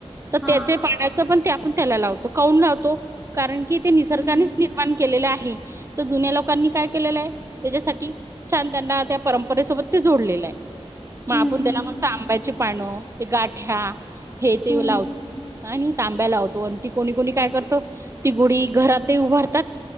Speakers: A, on the right; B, in the centre.
A: तर
B: हां.
A: त्याचे पाण्यात पण ते आपण त्याला लावतो. कौून लावतो? कारण की ते निसर्गानेच
B: हं.
A: निर्माण केलेलं आहे. तर जुन्या लोकांनी काय केलेलं आहे त्याच्यासाठी छान त्यांना त्या
B: हम्म
A: परंपरेसोबत ते जोडलेलं आहे मग
B: हम्म
A: आपण त्याला मस्त आंब्याची पान ते गाठ्या हे ते
B: हम्म
A: लाव आणि तांब्या लावतो. आणि ती कोणी कोणी काय करतो ती गुढी घरातही उभारतात.